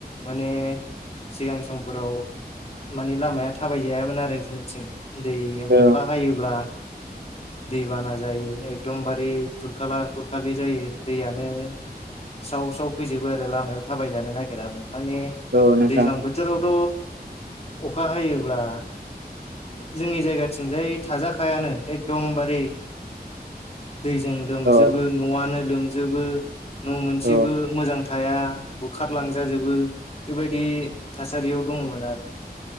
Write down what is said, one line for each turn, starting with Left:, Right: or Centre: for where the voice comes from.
Left: माने सिगां सम फोराव मानि लामाया थाबाय जायामोन आरो जोंनिथिं दै
Right: औ
Left: अखा हायोब्ला दैबाना जायो एकदमबारे खुरखाला खुरखालि जायो दैयानो साव साव फैजोबो आरो लामायाव थाबायजानो नागिरामोन माने
Right: औ नोंथां
Left: दैज्लां बोथोरावथ' अखा हायोब्ला जोंनि जायगा थिंजाय थाजाखायानो एगदमबारे दैजों लोमजोबो
Right: औ
Left: न'आनो लोमजोबो न' मोनसेबो
Right: औ
Left: मोजां थाया बुखारलांजाजोबो बेबायदि थासारियाव दङमोन आरो